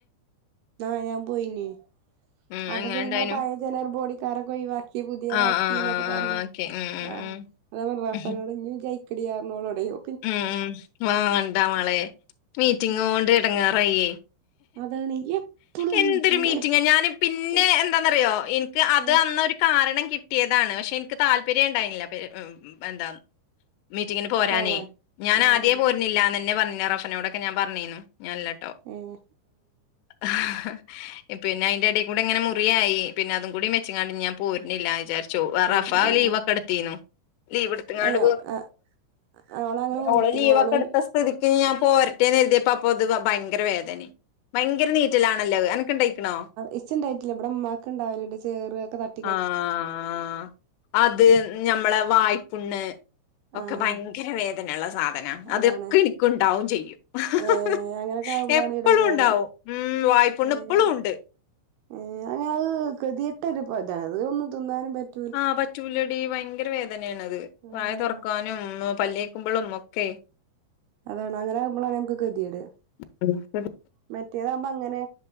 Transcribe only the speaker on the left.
ഉം
എങ്ങനെ ഇണ്ടായിനു?
ആഹ് ആഹ് ആഹ്
ആഹ് ഓക്കെ ഉം ഉം
ഉം.
ഉഹും.
ഉം ഉം വണ്ടാ മോളെ മീറ്റിംഗ്
കൊണ്ട് ഇടങ്ങാറായി
എന്തൊരു
മീറ്റിംഗ ഞാന് പിന്നെ
എന്താന്നറിയോ എനിക്ക് അത്
അന്ന ഒരു കാരണം കിട്ട കിട്ടിയതാണ് പക്ഷെ എനിക്ക് താല്പര്യം ഉണ്ടായിുന്നില്ല എന്താ മീറ്റിങ്ങിന് പോരാനേ
ഞാൻ
ആദ്യേ പോരുന്നില്ലാന്ന്ന്നെ പറഞ്ഞ റഫനോക്കെ ഞാൻ പറഞ്ഞിന്നു ഞാനല്ലാട്ടോ
ആഹ് പിന്നെ അതിന്റെ അടിയി കൂടെ എങ്ങനെ മുറിയായി പിന്നെ അതും കൂടി മെച്ചങ്ങാ ഞാൻ പോരുന്നില്ലന്ന് വിചാരിച്ചു ച്ചു റഫ
ലീവ്
ഒക്കെ എടുത്തീനോ ലീവ് എടുത്തങ്ങാണ്ട്
പോ
ഓള് ലീവ്ക്കെ
എടുത്ത സ്ഥിതിക്ക് ഞാൻ പോരട്ടേ എഴതിയപ്പ അപ്പൊ അത് ഭയങ്കര വേദന ഭയങ്കര നീറ്റലാണല്ലോ എനക്കുണ്ടായിക്കണോ
ആഹ് അത് ഞമ്മളെ വായ്പുണ് ഒക്കെ
ഭയങ്കര വേദനുള്ള സാധനം അതൊക്കെ
എനിക്കുണ്ടാവും ചെയ്യും <unintelligible>
എപ്പഴും
ഉണ്ടാവും ഉം വായ്പ പുണ്ണ്
എപ്പഴും ഉണ്ട്
ആഹ് പറ്റൂല്ലടി ഭയങ്കര വേദനയാാണ് അത്
വായ തുറക്കാനും പല്ല തേക്കുമ്പോഴും ഒക്കെ
<unintelligible>